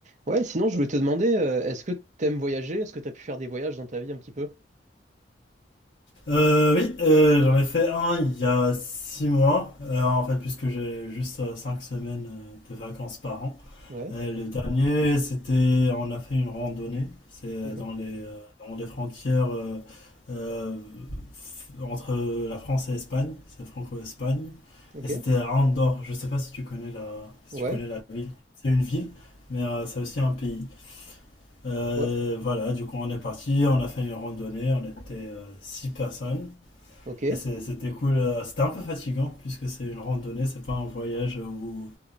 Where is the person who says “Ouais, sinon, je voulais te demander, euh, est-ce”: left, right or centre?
Right